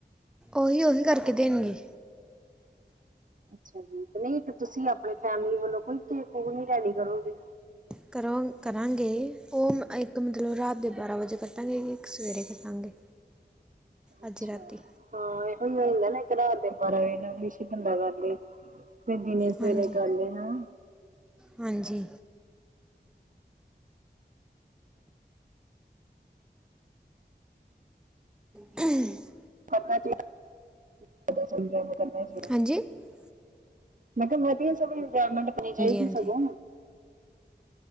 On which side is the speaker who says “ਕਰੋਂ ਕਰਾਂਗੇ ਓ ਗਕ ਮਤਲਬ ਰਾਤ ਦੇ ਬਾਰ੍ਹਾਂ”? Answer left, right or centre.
Centre